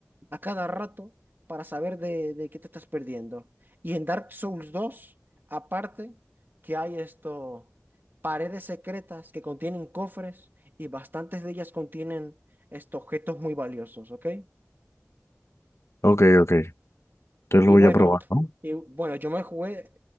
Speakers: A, on the right; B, on the left.
A: a cada rato para saber de, de qué te estás perdiendo. Y en Dark Souls 2 aparte, que hay esto, paredes secretas que contienen cofres y bastantes de ellas contienen estos objetos muy valiosos, ¿ok?
B: Ok, ok. Entonces
A: Y
B: lo voy
A: bueno,
B: a probar, ¿no?
A: y bueno, yo me jugué,